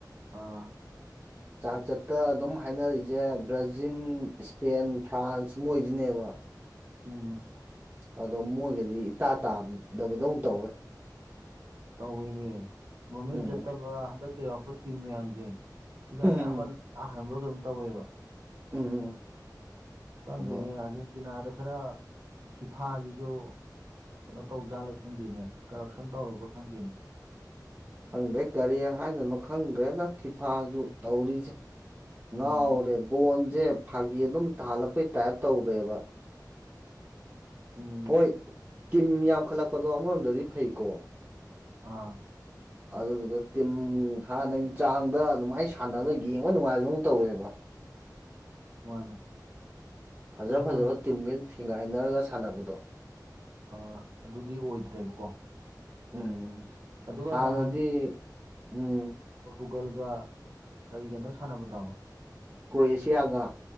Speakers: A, on the right; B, on the right.
A: ꯑꯥ
B: ꯆꯥꯡꯆꯠꯇ ꯑꯗꯨꯝ ꯍꯥꯏꯅꯔꯤꯖꯦ ꯕ꯭ꯔꯥꯖꯤꯟ ꯏꯁꯄꯦꯟ ꯐ꯭ꯔꯥꯟꯁ ꯃꯣꯏꯁꯤꯅꯦꯕ
A: ꯎꯝ
B: ꯑꯗꯨꯗ ꯃꯣꯏꯒꯗꯤ ꯏꯇꯥ ꯇꯥꯕ ꯗꯕꯗꯧꯅ ꯇꯧꯋꯦ
A: ꯇꯧꯋꯦꯃꯤ ꯃꯃꯤꯡ
B: ꯎꯝ
A: ꯆꯠꯇꯕ ꯍꯟꯗꯛꯇ ꯌꯥꯎꯔꯛꯄ ꯇꯤꯝ ꯃꯌꯥꯝꯁꯦ ꯁꯤꯒ
B: ꯎꯝ
A: ꯑꯌꯥꯝꯕꯅ ꯇꯥꯍꯟꯕ ꯀꯩꯅꯣꯝ ꯇꯧꯋꯦꯕ
B: ꯎꯝ ꯎꯝ
A: ꯈꯪꯗꯦꯅꯦ
B: ꯑꯗꯣ
A: ꯑꯥꯔꯖꯦꯟꯇꯤꯅꯥꯗ ꯈꯔ ꯐꯤꯐꯥꯁꯤꯁꯨ ꯀꯩꯅꯣ ꯇꯧꯖꯥꯜꯂ ꯈꯪꯗꯦꯅꯦ ꯀꯔꯞꯁꯟ ꯇꯧꯔꯕ ꯈꯪꯗꯦꯅꯦ
B: ꯈꯪꯗꯦ ꯀꯔꯤ ꯍꯥꯏꯗꯣꯏꯅꯣ ꯈꯪꯗ꯭ꯔꯦꯗ ꯐꯤꯐꯥꯁꯨ ꯇꯧꯔꯤꯁꯦ ꯉꯥꯎꯔꯦ
A: ꯎꯝ
B: ꯕꯣꯟꯁꯦ ꯐꯥꯒꯤ ꯑꯗꯨꯝ ꯊꯥꯍꯜꯂꯛꯄꯩ ꯇꯥꯏꯞ ꯇꯧꯔꯦꯕ
A: ꯎꯝ
B: ꯍꯣꯏ ꯇꯤꯝ ꯌꯥꯝꯈꯠꯂꯛꯄꯗꯣ ꯑꯃꯔꯣꯝꯗꯗꯤ ꯐꯩꯀꯣ
A: ꯑꯥ
B: <unintelligible> ꯑꯗꯨꯗꯨꯒ ꯇꯤꯝ ꯍꯥꯟꯅꯒꯤ ꯆꯥꯡꯗ ꯑꯗꯨꯃꯥꯏꯅ ꯁꯥꯟꯕ ꯌꯦꯡꯕ ꯅꯨꯡꯉꯥꯏꯕꯗꯧꯅ ꯇꯧꯋꯦꯕ
A: ꯃꯥꯅꯦ
B: ꯐꯖ
A: ꯑꯗꯨꯒ
B: ꯐꯖꯕ
A: ꯉꯍꯥꯟ
B: ꯇꯤꯝꯒꯩꯅ ꯊꯦꯡꯒꯥꯏꯅꯔꯒ ꯁꯥꯟꯅꯕꯗꯣ
A: ꯑꯥ ꯑꯗꯨꯗꯤ ꯑꯣꯏꯗ꯭ꯔꯦꯕꯀꯣ
B: ꯎꯝ
A: ꯑꯗꯨꯒ
B: ꯍꯥꯟꯅꯗꯤ
A: ꯉꯍꯥꯟ
B: ꯎꯝ
A: ꯄꯣꯔꯇꯨꯒꯜꯒ ꯀꯔꯤꯒꯅꯣ ꯁꯥꯟꯅꯕꯗꯣ
B: ꯀꯣꯔꯦꯁꯤꯌꯥꯒ